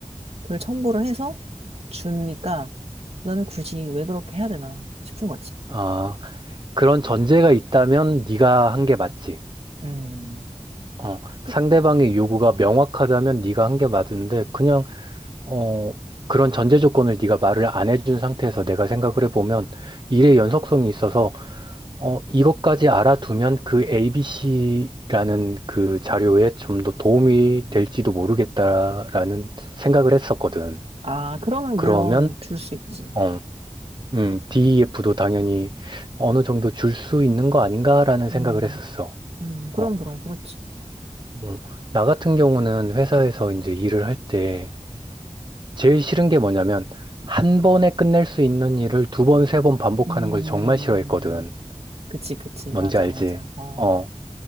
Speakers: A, on the right; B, on the right.
A: 그걸 첨부를 해서 주니까 나는 굳이 왜 그렇게 해야 되나 싶은 거지.
B: 아, 그런 전제가 있다면 네가 한 게 맞지.
A: 음.
B: 어,
A: 그-
B: 상대방의 요구가 명확하다면 네가 한 게 맞는데, 그냥, 어, 그런 전제 조건을 네가 말을 안 해준 상태에서 내가 생각을 해보면 일의 연속성이 있어서 어, 이것까지 알아두면 그 ABC라는 그 자료에 좀 더 도움이 될지도 모르겠다라는 생각을 했었거든.
A: 아, 그러면
B: 그러면,
A: 물론 줄 수 있지.
B: 어, 음, DEF도 당연히 어느 정도 줄 수 있는 거 아닌가라는 생각을
A: 음,
B: 했었어.
A: 음, 그럼,
B: 어,
A: 그럼, 그렇지.
B: 음, 나 같은 경우는 회사에서 이제 일을 할 때 제일 싫은 게 뭐냐면 한 번에 끝낼 수 있는 일을 두 번, 세 번 반복하는
A: 음,
B: 걸 정말 싫어했거든.
A: 그치, 그치.
B: 뭔지
A: 맞아,
B: 알지?
A: 맞아. 어,
B: 어,